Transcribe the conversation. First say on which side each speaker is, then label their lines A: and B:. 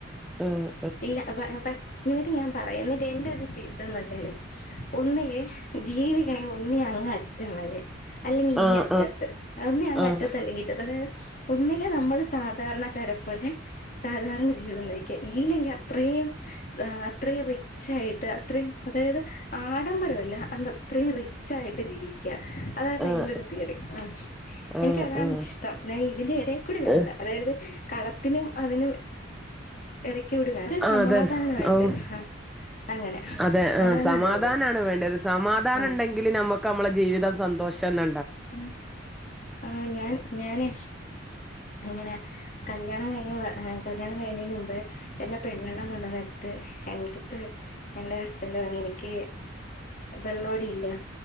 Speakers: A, in the centre; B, on the left (about 40°).
A: ആഹ്
B: ഇല്ല എന്നിട്ട് ഞാൻ പറയാന്ന എൻ്റെ ഒരു ഇതന്ന് വെച്ചാല് ഒന്നില് ജീവിക്കണെങ്കി ഒന്നി അങ്ങ് അറ്റം വരെ അല്ലെങ്കിൽ ഇങ്ങ
A: ആഹ് ആഹ്
B: അറ്റത്ത് അതൊന്ന അങ്ങറ്റത്ത്
A: ആഹ് ആഹ് ആഹ് ആഹ് ആഹ് ആഹ് ആഹ് ആഹ്
B: ഇല്ലെങ്കി ഇങ്ങറ്റത്ത് അതായത് ഒന്നില് നമ്മള് സാധാരണ കാരേ പോലെ സാധാരണ ജീവിതംനയിക്ക ഇല്ലെങ്കിൽ അത്രയും അത്രയും റിച്ച് ആയിട്ട് അത്രയും അതായത് ആഡംബരമല്ല അ അത്രയും റച്ച് ആായിട്ട് ജീവിക്ക അതായിരുന്നു
A: ആഹ് ആഹ്
B: എന്റെ ഒരു തിയറി ഉം എനക്കതാണ്
A: ആഹ് ആഹ്
B: ഇഷ്ടം ഞാൻ ഇതിൻ്റെ ഇടയിൽക്കൂടി വേണ്ട
A: ഏഹ് ആഹ്
B: അതായത് കടത്തിനും അതിനും ഇടയ്ക്ക് സമാധാനമായിട്ട്
A: അതെ ഓഹ്
B: ആ അങ്ങനെ
A: അതെ ആഹ്
B: അതാണ്
A: സമാധാനാണ്
B: നല്ലത്
A: വേണ്ടത് സമാധാനം
B: ആ
A: ഉണ്ടെങ്കില് നമുക്ക് നമ്മളെ ജീവിതം സന്തോഷംന്നെ
B: ആ ആ ഞാൻ ഞാന് ഇങ്ങനെ കല്യാണം കഴിഞ്ഞ കല്യാണം കഴിഞ്ഞതിന് മുൻപ് എന്റെ പെണ്ണുകാണാൻ വന്ന നേരത്ത് എന്റെടുത്ത് എന്റെ ഹസ്ബൻഡ് പറഞ്ഞു എനിക്ക് വെള്ളോടിയില്ല